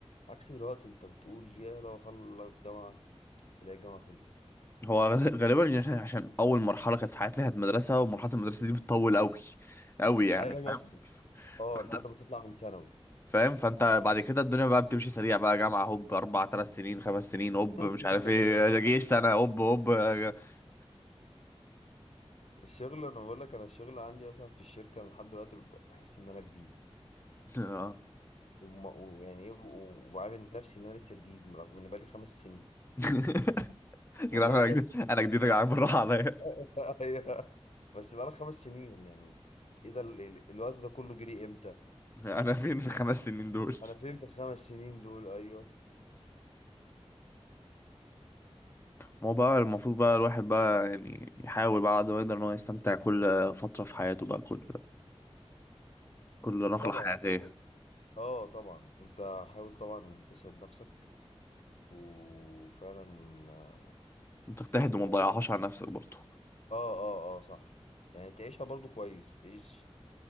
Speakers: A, on the left; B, on the left.
A: عكس دلوقتي انت بتقول يا لو خلص جامعه تلاقي الجامعه خلصت
B: هو غ- غالبا <laughs> يعني عشان عشان اول مرحلة كانت في حياتنا كانت مدرسة ومرحلة المدرسة دي بتطول قوي قوي يعني
A: ايوه
B: فاهم
A: مثلا اه
B: فانت
A: لحد ما تطلع من ثانوي
B: فاهم فانت بعد كده الدنيا بقى بتمشي سريع بقى جامعة هوب اربع ثلاث سنين خمس سنين هوب
A: <laughs>
B: مش عارف ايه جيش سنة هوب هوب <laughs>
A: الشغل انا بقول لك انا الشغل عندي مثلا في الشركه أنا لحد دلوقتي ب- بحس ان انا جديد
B: اه
A: وما- ويعني ايه و- وعامل نفسي ان انا لسه جديد رغم ان بقالي خمس سنين
B: <laughs> يا
A: والله
B: جدعان انا
A: بجد
B: جديد انا جديد يا جدعان بالراحه عليا
A: <laughs> أيوه. بس بقالي خمس سنين يعني ايه ده ال- ال- الوقت ده كله جري امتى
B: انا فين في الخمس سنين دول
A: انا فين في الخمس سنين دول ايوه
B: ما هو بقى المفروض
A: بس
B: بقى الواحد بقى يعني يحاول بقى على قد ما يقدر ان هو يستمتع كل فتره في حياته بقى كل كل نقله
A: طبعا
B: حياتيه
A: يعني اه طبعا انت حاول طبعا تسعد نفسك وفعلا
B: وتجتهد وما
A: اه
B: تضيعهاش على نفسك برضه
A: اه اه آه، صح يعني تعيشها برضو كويس تعيش